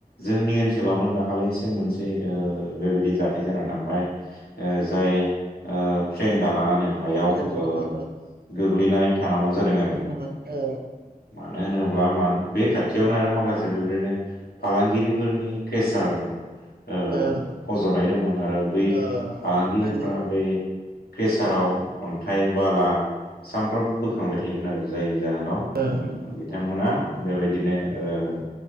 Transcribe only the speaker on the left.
जोंनि ओनसोलावनो दाख दाखलैसो मोनसे ओ-बेबायदि जाथाय जानानै थांबाय ओ-जाय ओ ट्रेन दालाङानो हायाव
ओ-
गोग्लैनानै थानांगौ जादों आरो।
मानो होनोब्ला मा-बे खाथियावनो आरो माखासे बेबायदिनो फालांगिरिफोरनि फ्रेसार। ओ-फज'नाय
दंमोन आरो। बै
फालांगिफ्रा
बे प्रेसाराव। अनथाइ बाला सामफ्रोमबो। खांबाय थायोमोन आरो जायनि जाहोनाव
बिथांमोना बेबायदिनो ओ-